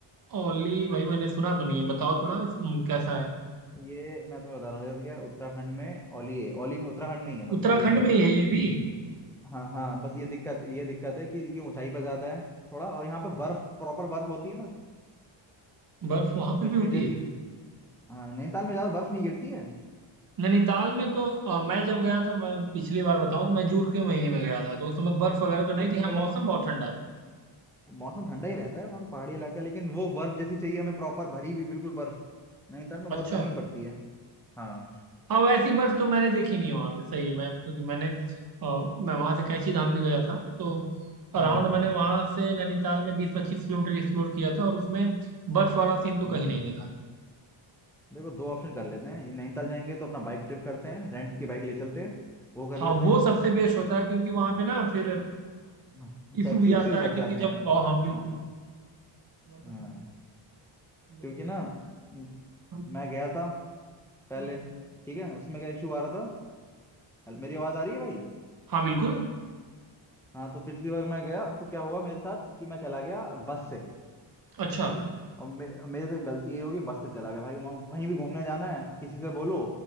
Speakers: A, on the right; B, in the centre.
A: ओली भाई मैंने सुना तो नहीं है बताओ थोड़ा इस- हम्म, कैसा है
B: ये मैं तुम्हें बता रहा हूँ जैसे क्या उत्तराखंड में ओली है ओली में उत्तराखंड में ही है मतलब
A: उत्तराखंड
B: ये है
A: में
B: कि
A: ही है ये भी
B: हाँ हाँ बस ये दिक्कत ये दिक्कत है कि ये ऊंचाई पर ज्यादा है थोड़ा और यहाँ पे बर्फ प्रॉपर बर्फ होती है ना
A: बर्फ वहां पे
B: कश्मीर
A: भी होती
B: जैसी
A: है
B: हाँ नैनीताल में ज्यादा बर्फ नहीं गिरती है
A: नैनीताल में तो अ, मैं जब गया था मैं पिछली बार बताऊं तो मैं जून के महीने में गया था तो उस समय बर्फ वगैरह तो
B: तो कुछ
A: नहीं थी
B: नहीं
A: हाँ
B: मिला
A: मौसम
B: होगा
A: बहुत ठंडा था
B: मौसम ठंडा ही रहता है वहां तो पहाड़ी इलाका है, लेकिन वो बर्फ जैसी चाहिए हमें प्रॉपर भरी हुई बिल्कुल बर्फ नैनीताल में
A: अच्छा
B: बहुत कमी पड़ती है हाँ
A: हाँ वैसी बर्फ तो मैंने देखी नहीं वहां पे सही है मैं क्योंकि मैंने अ, मैं वहां से कैंची धाम भी गया था तो अराउंड
B: हाँ
A: मैंने वहां से नैनीताल में बीस पच्चीस किलोमीटर एक्सप्लोर किया था और उसमें बर्फ वाला सीन तो
B: हम्म
A: कहीं नहीं दिखा
B: देखो दो ऑप्शन कर लेते हैं ये नैनीताल जाएंगे तो अपना बाइक ट्रिप करते हैं रेंट की बाइक ले चलते हैं वो कर
A: हाँ
B: लेते
A: वो सबसे बेस्ट होता है क्योंकि वहां पे ना फिर
B: हैं
A: इशू
B: टैक्सी
A: भी
B: उक्सी
A: आता
B: से बच
A: है क्योंकि
B: जाते
A: जब
B: हैं
A: हाँ हम बिल्कुल
B: हाँ
A: क्योंकि जब ज्यादा
B: हाँ
A: भीड़- जल्दी
B: क्योंकि ना
A: में
B: म-
A: हम
B: मैं गया था पहले
A: तीन चार
B: ठीक
A: दिन बना
B: है उसमें
A: दें।
B: क्या इशू आ रहा था हेल- मेरी आवाज आ रही है भाई
A: हाँ बिल्कुल
B: हाँ तो पिछली बार मैं गया तो क्या हुआ मेरे साथ कि मैं चला गया बस से
A: अच्छा
B: ठीक है और मे, मेरे से गलती ये होगी बस से चला गया भाई वहाँ कहीं भी घूमने जाना है किसी से बोलो